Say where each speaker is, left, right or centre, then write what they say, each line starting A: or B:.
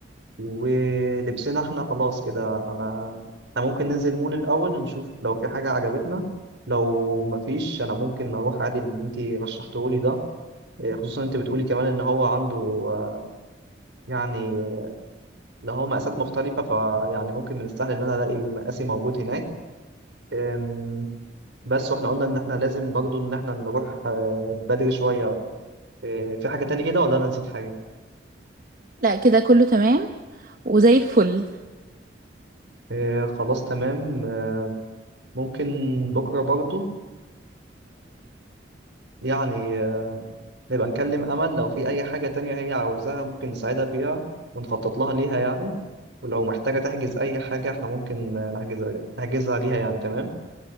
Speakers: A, on the right; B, on the right.
A: ولبسنا احنا خلاص كده انا احنا ممكن ننزل المول الاول نشوف لو في حاجه عجبتنا لو مفيش انا ممكن اروح عادي اللي انت رشحته لي ده إيه، خصوصا انت بتقولي كمان ان هو عنده آه، يعني آه، اللي هو مقاسات مختلفه فيعني ممكن من السهل ان انا الاقي مقاسي موجود هناك أم، بس واحنا قلنا ان احنا لازم برضو ان احنا نروح آه، بدري شويه آه، في حاجه تاني كده ولا انا نسيت حاجه
B: لا كده كله تمام وزي الفل
A: آه، خلاص تمام آه، ممكن بكره برضو يعني نبقى نكلم أمل لو في أي حاجة تانية هي عاوزاها ممكن نساعدها فيها ونخطط لها ليها يعني ولو محتاجة تحجز أي حاجة احنا ممكن نحجزها نحجزها ليها يعني تمام